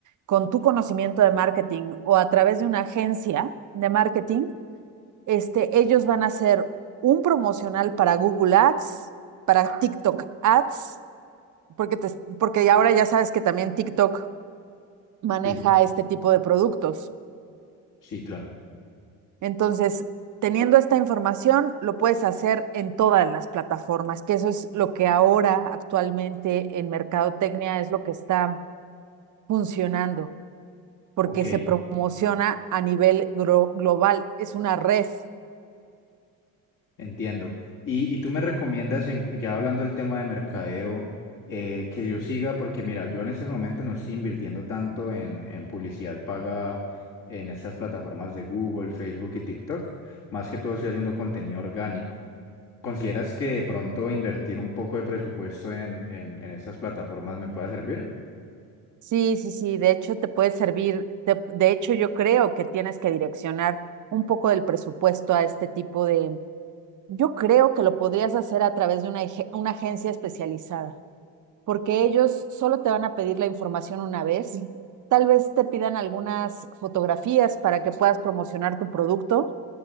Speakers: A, on the right; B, on the left.
A: con tu conocimiento de marketing o a través de una agencia de marketing, este, ellos van a hacer un promocional para Google Ads, para TikTok Ads, porque, te- porque ahora ya sabes que también TikTok maneja
B: Sí,
A: este tipo de productos.
B: sí, claro.
A: Entonces, teniendo esta información, lo puedes hacer en todas las plataformas, que eso es lo que ahora actualmente en mercadotecnia es lo que está funcionando, porque
B: Ok,
A: se promociona a nivel global, es una red.
B: entiendo. Y, y tú me recomiendas, en- ya hablando del tema de mercadeo, eh, que yo siga, porque mira, yo en estos momentos no estoy invirtiendo tanto en, en publicidad paga en estas plataformas de Google, Facebook y TikTok. Más que todo estoy haciendo contenido orgánico. ¿Consideras que de pronto invertir un poco de presupuesto en, en, en estas plataformas me pueda servir?
A: Sí, sí, sí, de hecho te puede servir, te- de hecho yo creo que tienes que direccionar un poco del presupuesto a este tipo de, yo creo que lo podrías hacer a través de una, una agencia especializada. porque ellos solo te van a pedir la información una vez. Sí. Tal vez te pidan algunas fotografías para que puedas promocionar tu producto,